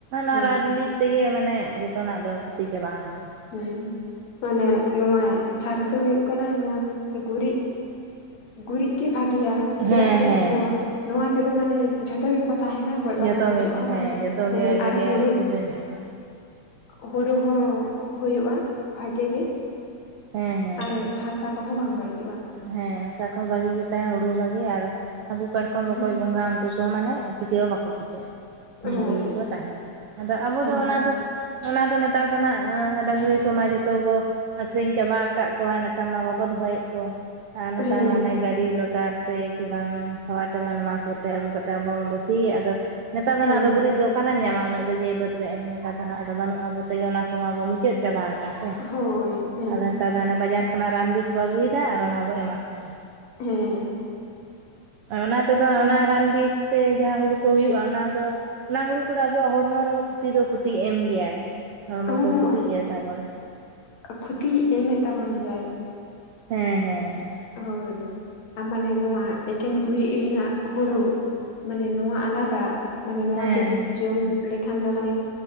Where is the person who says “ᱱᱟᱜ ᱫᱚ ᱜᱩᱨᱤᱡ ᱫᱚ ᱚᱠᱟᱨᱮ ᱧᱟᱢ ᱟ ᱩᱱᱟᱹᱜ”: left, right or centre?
Right